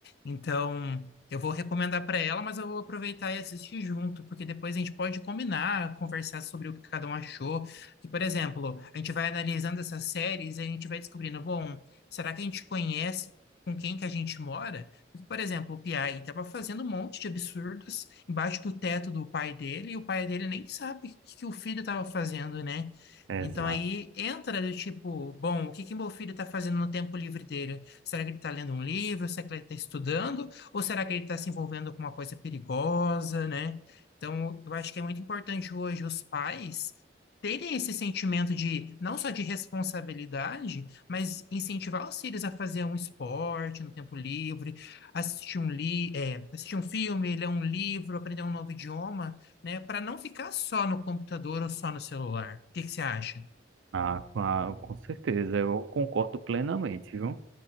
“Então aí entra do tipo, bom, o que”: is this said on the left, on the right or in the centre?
Left